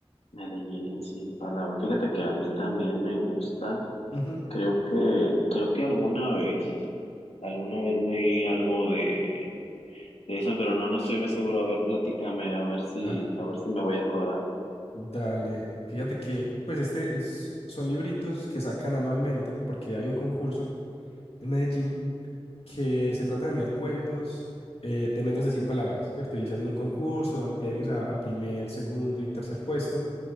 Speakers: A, on the left; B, on the left.
A: Medellín en 100 palabras. Fíjate que a mí también me gusta.
B: Ujú.
A: Creo que, creo que alguna vez, alguna vez leí algo de de eso, pero no, no estoy muy seguro. A ver, platícame, a ver si,
B: Ah,
A: a ver si me voy acordando.
B: dale. Fíjate que, pues este es, son libritos que sacan anualmente porque hay un concurso en Medellín que se trata de enviar cuentos eh, de menos de 100 palabras, ¿cierto? Y se hacen un concurso, dan premios a, a primer, segundo y tercer puesto.